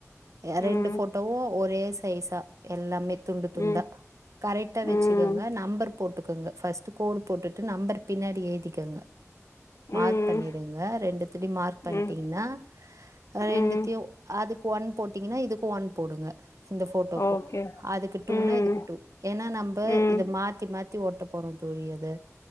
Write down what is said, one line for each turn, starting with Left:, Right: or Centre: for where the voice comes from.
Right: எ ரெண்டு
Left: ம்
Right: போட்டோவு ஒரே சைஸா எல்லாமே துண்டு துண்டா
Left: ம்
Right: கரெக்டா வச்சுக்கோங்க
Left: ம்
Right: நம்பர் போட்டுக்கோங்க பஸ்ட்டு கோடு போட்டுட்டு நம்பர் பின்னாடி எழுதிக்கங்க மார்க்
Left: ம்
Right: பண்ணிடுங்க ரெண்டுதிலு மார்க் பண்ணிட்டீங்ன்னா
Left: ம்
Right: ரெண்டுத்தையு
Left: ம்
Right: அதுக்கு ஒன் போட்டீங்கன்னா இதுக்கு ஒன் போடுங்க இந்த போட்டோக்கு
Left: ஓகே
Right: அதுக்கு டூனா
Left: ம்
Right: இதுக்கு டூ ஏன்னா நம்ம
Left: ம்
Right: இத மாத்தி மாத்தி ஒட் ட போறோ தோழி அது